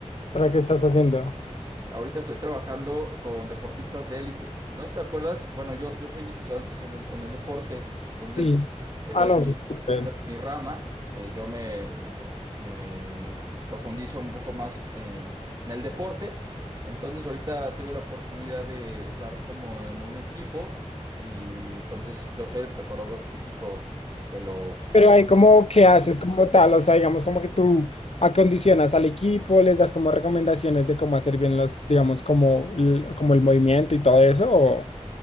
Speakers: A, on the left (about 60°); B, on the right (about 30°).
A: ¿para qué estás haciendo?
B: Ahorita estoy trabajando con deportistas de élite. No sé si te acuerdas, bueno, yo, yo soy licenciado en ciencias en el, en el deporte, entonces
A: Sí.
B: esa
A: Ah,
B: es
A: no.
B: mi,
A: pues, súper.
B: esa es mi rama. Eh, yo me, me profundizo un poco más en, en el deporte. Entonces ahorita tuve la oportunidad de estar como en un equipo y entonces yo soy el preparador físico de los
A: Pero hay como que
B: deportistas.
A: haces como tal, o sea, digamos como que tú acondicionas al equipo, les das como recomendaciones de cómo hacer bien los, digamos, como, l- como el movimiento y todo eso, o